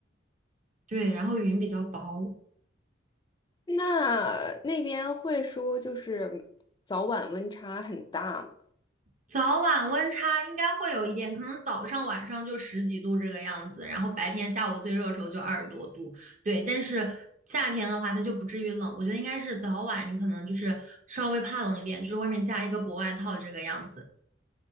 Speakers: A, on the right (about 40°); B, on the left (about 25°).
A: 对，然后云比较薄，
B: 那那边会说就是早晚温差很大吗？
A: 早晚温差应该会有一点，可能早上晚上就十几度这个样子，然后白天下午最热的时候就二十多度，对。但是夏天的话，它就不至于冷，我觉得应该是早晚你可能就是稍微怕冷一点，就是外面加一个薄外套这个样子。